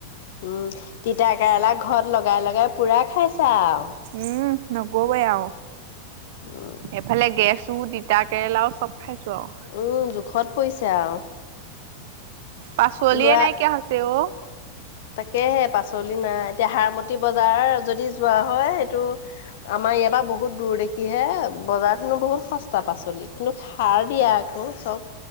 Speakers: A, on the left (about 55°); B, on the right (about 50°).
A: উম তিতাকেৰেলা ঘৰত লগাই লগাই পুৰা খাইছা আও।
B: উম নকবই আও
A: উম,
B: এফালে গেছ তিতা কেৰেলাও চব খাইছো আৰু
A: উম জোখত পৰিছে আৰু।
B: পাচলিয়ে
A: ল'ৰা
B: নাইকিয়া হৈছে অ'
A: তাকেহে পাচলি নাই এতিয়া হাৰমতি বজাৰ যদি যোৱা হয় সেইটো আমাৰ ইয়াত তপা বহুত দূৰ দেখি হে বজাৰত হেনো বহুত সস্তা পাচলি কিন্তু সাৰ দিয়া আকৌ চব